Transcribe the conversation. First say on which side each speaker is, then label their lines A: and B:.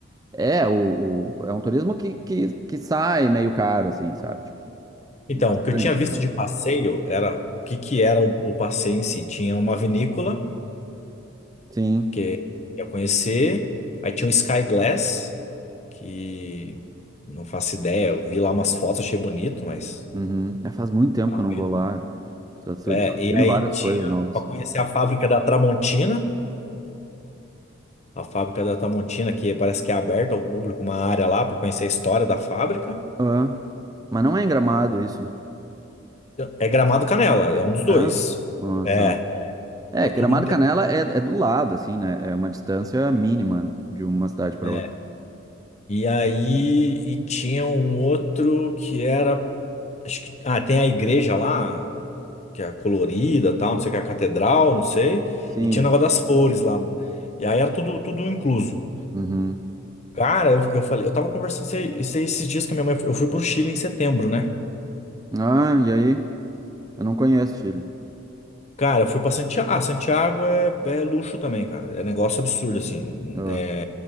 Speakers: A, on the right (about 15°); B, on the left (about 30°).
A: é, o, o- é um turismo que, que, que sai meio caro, assim, sabe? Tipo, bastante.
B: Então, o que eu tinha visto
A: né?
B: de passeio era o que que era o, o passeio em si. Tinha uma vinícola
A: Sim.
B: que eu ia conhecer, aí tinha um Sky Glass, que não faço ideia, eu vi lá umas fotos, achei bonito, mas
A: Uhum. É, faz muito tempo
B: tá
A: que
B: no
A: eu não
B: meio
A: vou
B: do...
A: lá. Tá sur-
B: É,
A: tá
B: e
A: surgindo
B: aí
A: várias
B: tinha
A: coisas novas.
B: para conhecer a fábrica da Tramontina. a fábrica da Tramontina, que parece que é aberta ao público, uma área lá para conhecer a história da fábrica.
A: Ah, mas não é em Gramado isso.
B: É Gramado Canela, é um dos dois.
A: É? Ah,
B: É,
A: tá. É,
B: é
A: Gramado
B: tudo.
A: e Canela é, é do lado, assim, né? É uma distância mínima de uma cidade para
B: é.
A: outra.
B: é. E aí, e tinha um outro que era, acho que, ah, tem a igreja lá, que é colorida, tal, não sei o que, a catedral, não sei,
A: Sim.
B: e tinha o negócio das flores lá. E aí era tudo, tudo incluso.
A: Uhum.
B: Cara, eu, eu falei, eu tava conversando esse- esse- esses dias com a minha mãe, eu fui pro Chile em setembro, né?
A: Ah, e aí? Eu não conheço Chile.
B: Cara, eu fui pra Santiago. Ah, Santiago é, é luxo também, cara. É negócio absurdo, assim.
A: Ah,
B: É,